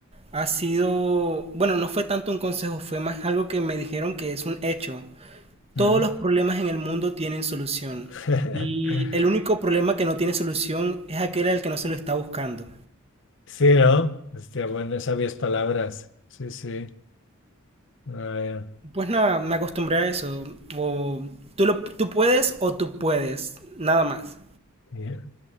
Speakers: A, on the right; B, on the left.
A: ha sido, bueno, no fue tanto un consejo, fue más algo que me dijeron que es un hecho.
B: Mm.
A: Todos los problemas en el mundo tienen solución.
B: <laughs>
A: Y el único problema que no tiene solución es aquel al que no se lo está buscando.
B: Sí, ¿no? Hostia, bueno, sabias palabras. Sí, sí. Vaya.
A: Pues nada, me acostumbré a eso. O tú, lo, tú puedes o tú puedes. Nada más.
B: Bien.